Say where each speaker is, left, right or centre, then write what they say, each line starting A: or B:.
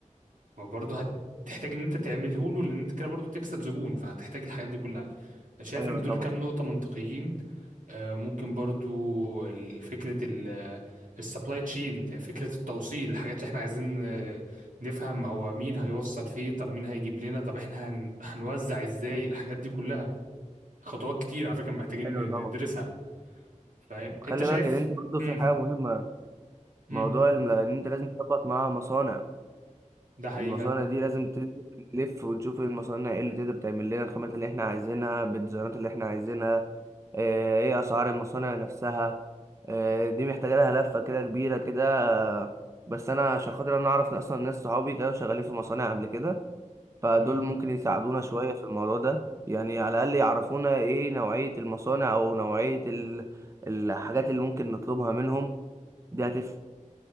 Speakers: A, on the right; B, on the right.
A: فبرضه هتحتاج ان انت تعمله له لان انت كده برضه بتكسب زبون فهتحتاج الحاجات دي كلها شايف
B: ايوه
A: ان دول
B: طبعا
A: كام نقطة منطقيين آه، ممكن برضو ال- فكرة السبلاي تشين فكرة التوصيل الحاجات اللي احنا عايزين آه، نفهم هو مين هيوصل فين طب مين هيجيب لنا طب احنا هن- هنوزع ازاي الحاجات دي كلها خطوات كتير على فكرة محتاجين
B: ايوه
A: ن-
B: طبعا
A: ندرسها فاهم
B: خلي
A: انت شايف
B: بالك ان انت برضه
A: امم
B: في حاجه مهمه
A: امم
B: موضوع الم- ان انت لازم تظبط مع مصانع
A: ده حقيقي
B: المصانع
A: فعلا
B: دي لازم ت- تلف ونشوف المصانع ايه اللي تقدر تعمل لنا الخامات اللي احنا عايزينها بالديزاينات اللي احنا عايزينها آه، ايه اسعار المصانع نفسها آه، دي محتاجه لها لفه كده كبيره كده آه، بس انا عشان خاطر انا اعرف اصلا ناس صحابي كانوا شغالين في مصانع قبل كده فدول
A: مم.
B: ممكن يساعدونا شوية في الموضوع ده يعني على الأقل يعرفونا إيه نوعية المصانع أو نوعية ال- الحاجات اللي ممكن نطلبها منهم دي هتفرق